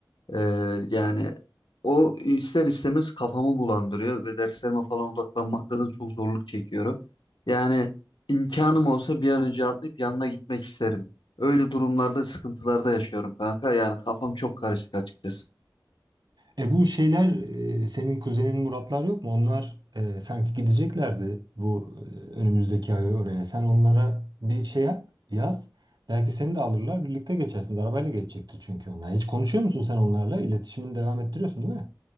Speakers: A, on the left; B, on the right.
A: ee, yani o ister istemez kafamı bulandırıyor ve derslerime falan odaklanmakta da çok zorluk çekiyorum. Yani imkanım olsa bir an önce atlayıp yanına gitmek isterim. Öyle durumlarda sıkıntılarda yaşıyorum kanka. Yani kafam çok karışık açıkçası.
B: E bu şeyler e, senin kuzenin Muratlar yok mu? Onlar e, sanki gideceklerdi bu e, önümüzdeki ay oraya. Sen onlara bir şey yap, yaz. Belki seni de alırlar, birlikte geçersiniz. Arabayla geçecekti çünkü onlar. Hiç konuşuyor musun sen onlarla? İletişimini devam ettiriyorsun değil mi?